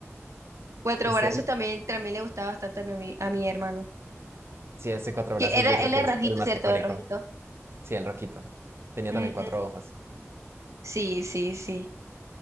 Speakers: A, on the right; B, on the right.
A: cuatro
B: Este,
A: brazos
B: no,
A: también, también le gustaba bastante a mi, ami- a mi hermano.
B: sí, ese Cuatro
A: Que
B: Brazos
A: era,
B: yo creo
A: él
B: que
A: era
B: es
A: rojito,
B: el más
A: ¿cierto?
B: icónico.
A: El rojito.
B: Sí, el rojito. Tenía
A: Ujú.
B: también cuatro ojos.
A: Sí, sí, sí.